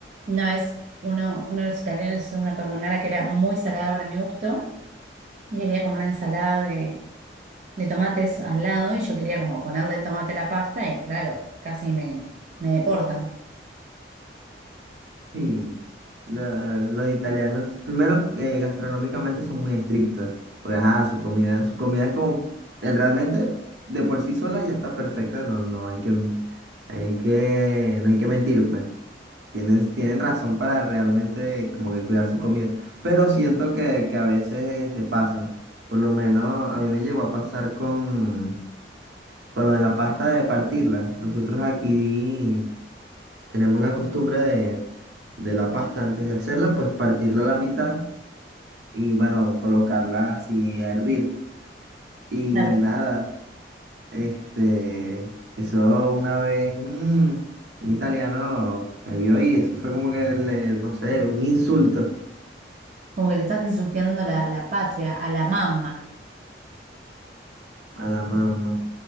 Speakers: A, on the right; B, on the right.
A: Una vez uno, uno de los italianos hizo una carbonara que era muy salada para mi gusto, y había como una ensalada de, de tomates al lado, y yo quería como ponerle el tomate a la pasta, y claro, casi me, me deportan.
B: Y la- los italianos, primero, eh, gastronómicamente son muy estrictos, porque ajá, su comida, su comida es como, eh, realmente de por sí sola ya está perfecta, no, no hay que... Hay que, no hay que mentir, pues. Tienen, tienen razón para realmente como que cuidar su comida, pero siento que, que a veces se pasan. Por lo menos a mí me llegó a pasar con, con lo de la pasta de partirla. Nosotros aquí tenemos la costumbre de, de la pasta antes de hacerla, pues partirla a la mitad y bueno, colocarla así a hervir. Y
A: Claro.
B: nada, este, eso una vez, mm, un italiano me vio y eso fue como que le, no sé, un insulto.
A: Como que le estás insultando la, la patria, a la mamá.
B: A la mamá,